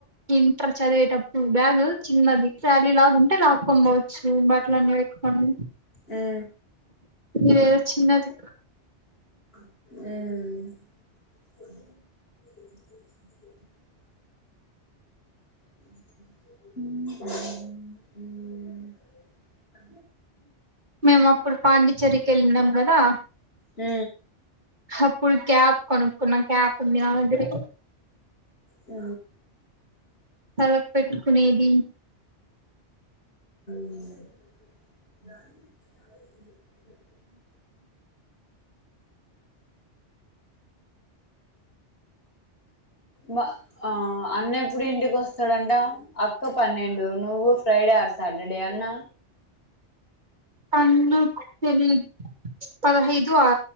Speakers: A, on the right; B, on the left.
A: ఇంటర్ చదివేటప్పుడు బ్యాగ్ చిన్నది శాలీ లాగా ఉంటేరా పట్టుకొని పోవచ్చు బట్టలన్నీ పెట్టుకొని
B: మ్మ్
A: ఇదేదో చిన్నది
B: ఉ ఉ
A: మేము అప్పుడు పాండిచ్చేరికి ఎళ్ళినం కదా
B: ఉ
A: అప్పుడు క్యాప్ కొనుకున్నా క్యాప్ ఉంది నా దగ్గరే
B: ఊ
A: తలకు పెట్టుకునేది
B: ఉమ్ మా ఆ అన్న ఎప్పుడు ఇంటికి వస్తాడంట, అక్క పన్నెండు, నువ్వు ఫ్రైడే అ సాటడే అన్న
A: అందు తెలి పదహైదు ఆ